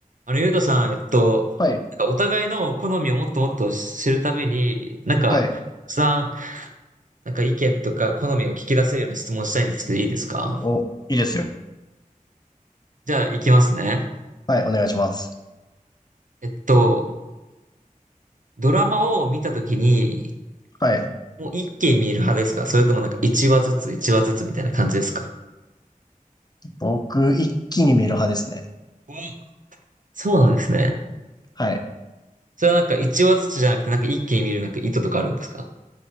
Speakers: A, on the right (about 65°); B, on the left (about 30°).
A: あの、ゆうとさん、えっと、
B: はい。
A: なんかお互いの好みをもっともっと知るために、なんか、
B: はい。
A: たくさん、なんか意見とか好みを聞き出せるような質問したいんですけど、いいですか
B: お、いいですよ。
A: じゃあ、いきますね。
B: はい。お願いします。
A: えっと、ドラマを見たときに、
B: はい。
A: もう一気に見る派ですかそれともなんか一話ずつ、一話ずつみたいな感じですか
B: 僕、一気に見る派ですね。
A: うんそうなんですね。
B: はい。
A: それはなんか一話ずつじゃなくて、なんか一気に見るなんか意図とかあるんですか